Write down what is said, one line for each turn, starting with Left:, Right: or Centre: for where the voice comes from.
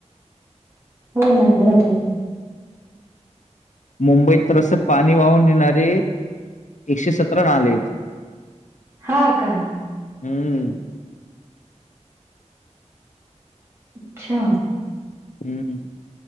Right: होय ना बरोबर.
Left: मुंबईत तर असं पाणी वाहून नेणारे, एकशे सतरा नाले येत.
Right: हां का?
Left: ह्म.
Right: अच्छा.
Left: ह्म ह्म,